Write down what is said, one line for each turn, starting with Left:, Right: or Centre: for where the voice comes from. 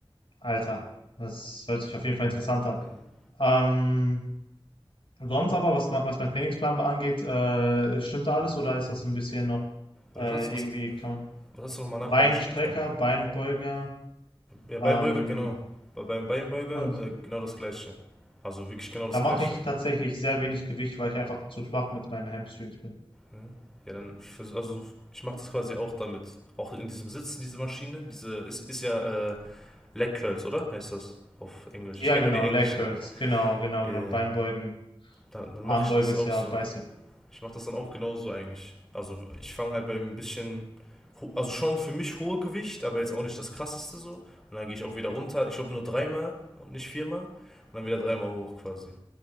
Left: Alter, das hört sich auf jeden Fall interessant an.
Centre: ja.
Left: Ähm, Und sonst aber, was, ma- was mein Trainingsplan angeht, äh, stimmt da alles oder ist das ein bisschen noch
Centre: Oder
Left: äh,
Centre: was hast, was,
Left: irgendwie kann man
Centre: was hast du nochmal nach
Left: Beinstrecker,
Centre: Beinstrecker?
Left: Beinbeuger
Centre: Ja, Beinbeuger,
Left: ähm,
Centre: genau. Bei, beim Beinbeuger
Left: und
Centre: äh, genau das gleiche. Also wirklich genau das
Left: da mache
Centre: gleiche.
Left: ich tatsächlich sehr wenig Gewicht, weil ich einfach zu schwach mit meinen Hamstrings bin.
Centre: Ja, ja dann, vers- also ich mache das quasi auch damit. Auch in diesem Sitzen, diese Maschine, diese ist, ist ja äh, Leg Curls, oder? Heißt das auf Englisch.
Left: Ja,
Centre: Ich kenne
Left: genau,
Centre: nur die englischen.
Left: Leg Curls, genau, genau, genau,
Centre: Ja, ja.
Left: Beinbeugen,
Centre: Dann, dann
Left: Armbeuge
Centre: mache ich das
Left: ist
Centre: auch
Left: ja
Centre: so.
Left: Bicep.
Centre: Ich mache das dann auch genauso eigentlich. Also ich fange halt beim bisschen, also schon für mich hohe Gewicht, aber jetzt auch nicht das krasseste so. Und dann gehe ich auch wieder runter. Ich glaube nur dreimal und nicht viermal. Und dann wieder dreimal hoch quasi.